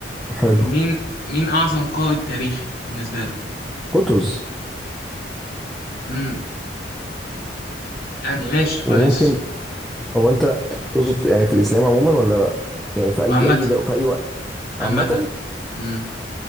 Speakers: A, in the centre; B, on the left.
A: حلو
B: مين مين أعظم قائد تاريخي بالنسبة لك؟
A: قطز
B: مم، يعني ماشي كويس
A: وممكن هو أنت تقصد يعني في الإسلام عموما ولا يعني في أي
B: عامة
A: أي دو في أي وقت
B: عامة
A: عامة
B: مم.